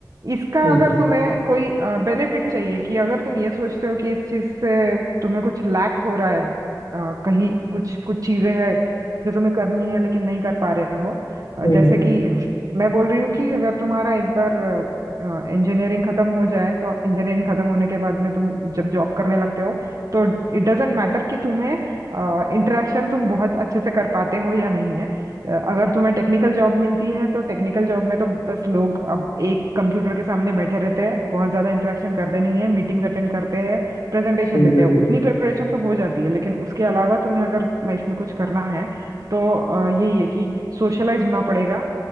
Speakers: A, on the right; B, on the left.
A: इसका
B: हम्म
A: अगर तुम्हें कोई बेनिफिट चाहिए कि अगर तुम ये सोचते हो कि इस चीज से तुम्हें कुछ लैक हो रहा है अ, कहीं कुछ कुछ चीजें हैं जो तुम्हें करनी है लेकिन नहीं कर पा रहे हो अ,
B: हम्म
A: जैसे कि मैं बोल रही हूँ कि अगर तुम्हारा एक बार इंजीनियरिंग खत्म हो जाए तो इंजीनियरिंग खत्म होने के बाद में तुम जब जॉब करने लगते हो तो इट डजेंट मैटर कि तुम्हें इंटरेक्शन तुम बहुत अच्छे से कर पाते हो या नहीं है अगर तुम्हें टेक्निकल जॉब मिलती है तो टेक्निकल जॉब में तो बस लोग अब एक कंप्यूटर के सामने बैठे रहते हैं बहुत ज़्यादा इंटरेक्शन करते नहीं है मीटिंग्स अटेंड करते हैं प्रेजेंटेशन
B: हम्म,
A: देते
B: हम्म।
A: हैं उतनी प्रिपरेशन तो हो जाती है लेकिन उसके अलावा तुम्हें अगर लाइफ में कुछ करना है तो अ, यही है कि सोशलाइज होना पड़ेगा